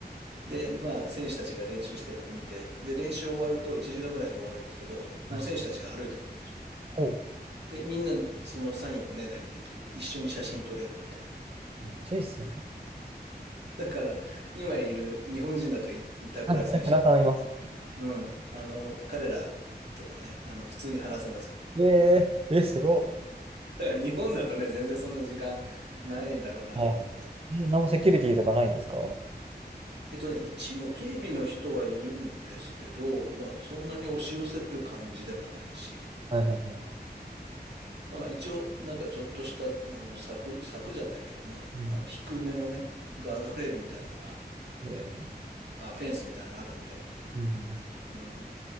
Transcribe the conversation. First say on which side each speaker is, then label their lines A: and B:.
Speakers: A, on the right (about 80°); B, on the right (about 35°).
A: で、まあ、選手たちが練習してるのを見て、で、練習終わると1時間ぐらいで終わるんですけど、その選手たちが歩いてくるんですよ。
B: はいはいほう。
A: で、みんなそのサインをおねだりできる。一緒に写真撮れるみたいな。
B: あめっちゃいいっすね。
A: だから、今いる日本人だとい板倉選手とか、
B: はいだから頼みます。
A: うん、あの、彼らとかね、あの、普通に話せますよ。
B: ええーえ、すごい
A: だから日本だとね、全然そんな時間ないだろうなと思うんです。
B: はい。え何もセキュリティとかないんですかは
A: えっとね、一応警備の人はいるんですけど、まあそんなに押し寄せる感じでもないし、
B: いはいはい。
A: まあ一応なんかちょっとしたあの柵、柵じゃないけど、まああの低めのね、
B: うん。
A: ガードレールみたいなのは、
B: えー
A: あ、フェンスみたいなのあるんで、
B: うんうん
A: うん。